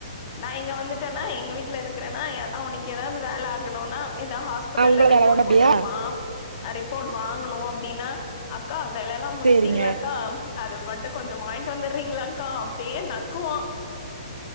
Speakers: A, on the left; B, on the right.
A: நா இங்கே வந்துட்டேனா எங்க வீட்ல இருக்கிறனா அவனுக்கு எதாவது வேல ஆகணுன்னா எதா ஹாஸ்பிட்டல
B: ஆ உங்கள
A: ரிப்போர்ட்
B: வேல வாங்க அப்டியா
A: குடுத்துருப்பா ரிப்போர்ட் வாங்கணு அப்டின்னா அக்கா வேலல்லா முடிச்சிட்டீங்களாக்கா
B: சேரிங்க
A: அது மட்டு கொஞ்சோ வாங்கிட்டு வந்துறீங்களாக்கா அப்டியே நக்குவா